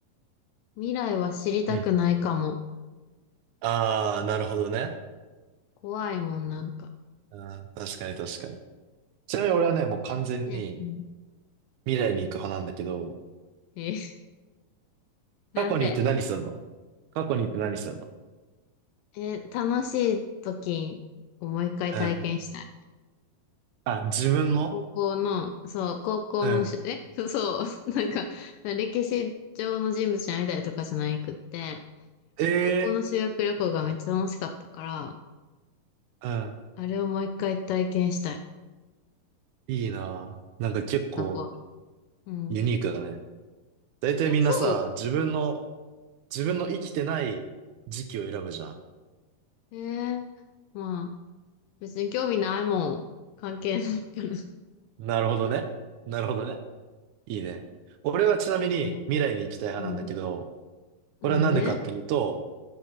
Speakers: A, on the left (about 80°); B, on the right (about 75°).
A: 未来は知りたくないかも。
B: うん。あー、なるほどね。
A: 怖いもん、なんか。
B: あー確かに確かに。ちなみに俺はね、
A: 過去に行って、
B: もう完全に
A: うん。
B: 未来に行く派なんだけど、
A: えー <laughs> なんで、
B: 過去に行って何すんの過去に行って何すんの
A: えー楽しい時をもう一回体験したい。
B: うん。あ、自分の
A: 高校の、そう、高校のし、
B: うん。
A: え、そう、<laughs> なんか、歴史上の人物に会いたいとかじゃないくって、
B: ええ
A: 高校の修学旅行がめっちゃ楽しかったから、
B: うん。
A: あれをもう一回体験したい。
B: いいなぁ。なんか結構
A: シンガポール。うん。
B: ユニークだね。大体みんなさ、
A: え、そ
B: 自分の、自分の生きてない時期を選ぶじゃん。
A: うえー、まあ、別に興味ないもん。関係ないから。
B: なるほどね。なるほどね。いいね。俺はちなみに未来に行きたい派なんだけど、
A: ね。うん。なんで
B: これはなんでかっていうと、